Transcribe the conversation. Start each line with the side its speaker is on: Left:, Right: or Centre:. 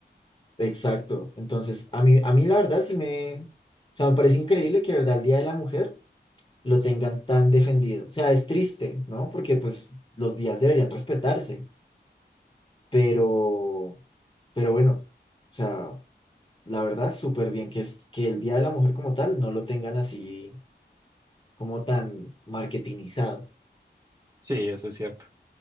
Left: Exacto, entonces a mí, a mí la verdad sí me, o sea, me parece increíble que, de verdad, el Día de la Mujer lo tengan tan defendido. O sea, es triste, ¿no? Porque pues los días deberían respetarse, pero, pero bueno, o sea, la verdad, súper bien que, es, que el Día de la Mujer como tal no lo tengan así como tan marketingizado.
Right: Sí, eso es cierto,